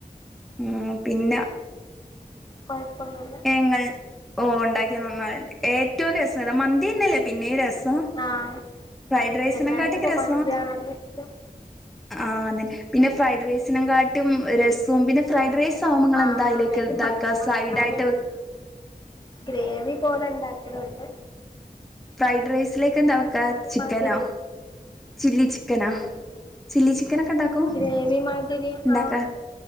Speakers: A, in the centre; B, on the left.
A: ഉം പിന്നെ
B: കുഴപ്പൊന്നുല്ല
A: ഞങ്ങൾ ഓ ഉണ്ടാക്കിയ നന്നായിണ്ട് ഏറ്റവും രസം അത് മന്തി തന്നല്ലേ പിന്നെ രസം
B: ആഹ്
A: ഫ്രൈഡ്
B: അതന്നെ
A: റൈസിനെ
B: എല്ലാർക്കും
A: കാട്ടിയൊക്ക
B: ഇപ്പൊ
A: രസോ
B: മന്തിയാണല്ലോ ഇഷ്ടം
A: ആ അതേ പിന്നെ ഫ്രൈഡ് റൈസിനെ കാട്ടിയും രസവും പിന്നെ ഫ്രൈഡ് റൈസ് സാവുമ്പൊ ഇങ്ങൾ
B: ആഹ്
A: എന്താ അതിലേക്ക്
B: അയില്
A: ഇതാക്കുക
B: മ മസാല
A: സൈട് ആയിട്ട്
B: ഗ്രേവി പോലെ ഉണ്ടാക്കല് ഉണ്ട്
A: ഫ്രൈഡ് റൈസിലേക്ക് എന്താ വക്ക ചിക്കനോ
B: മാതിരി
A: ചില്ലി ചിക്കനോ ചില്ലി ചിക്കൻ ഒക്കെ ഇണ്ടാക്കോ
B: ഗ്രേവി മാതിരി
A: ഉണ്ടാക്ക
B: ആഹ്